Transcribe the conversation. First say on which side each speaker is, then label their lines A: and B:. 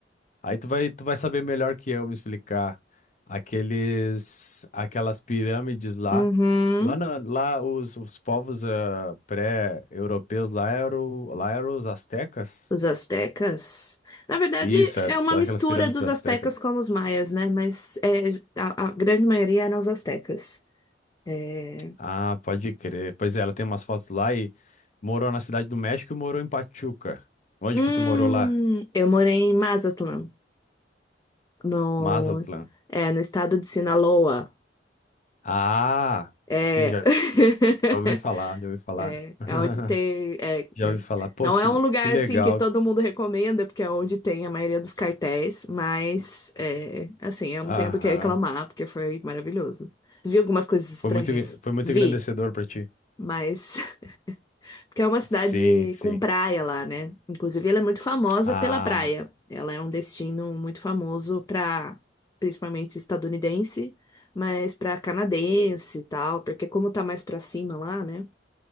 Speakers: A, on the left; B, on the left.
A: Aí tu vai, tu vai saber melhor que eu me explicar. Aqueles, aquelas pirâmides lá,
B: Uhum.
A: lá, na- lá os, os povos ah, pré-europeus lá eram, lá eram os astecas.
B: Os astecas. Na verdade,
A: Isso, é
B: é uma
A: daquelas
B: mistura
A: pirâmides
B: dos
A: astecas.
B: astecas com os maias, né? Mas é, a, a grande maioria eram os astecas. É,
A: Ah, pode crer. Pois é, ela tem umas fotos lá e morou na Cidade do México e morou em Pachuca. Onde
B: Hum,
A: que tu morou lá?
B: eu morei em Mazatlán, no,
A: Mazatlán.
B: é, no estado de Sinaloa.
A: Ah,
B: É.
A: sim, já,
B: <laughs>
A: já ouvi falar, já ouvi falar.
B: É,
A: <laughs>
B: é onde tem. É,
A: Já
B: é.
A: ouvi falar. Pô,
B: Não
A: que,
B: é
A: le-
B: um lugar
A: que legal.
B: assim que todo mundo recomenda, porque é onde tem a maioria dos cartéis, mas é, assim, eu
A: Aham.
B: não tenho do que reclamar, porque foi maravilhoso. Vi algumas coisas estranhas.
A: Foi muito, foi muito
B: Vi,
A: engrandecedor pra ti.
B: mas. <laughs> Porque é uma cidade
A: Sim, sim.
B: com praia lá, né? Inclusive, ela é muito famosa
A: Ah,
B: pela praia. Ela é um destino muito famoso para, principalmente estadunidense, mas para canadense e tal, porque como tá mais para cima lá, né?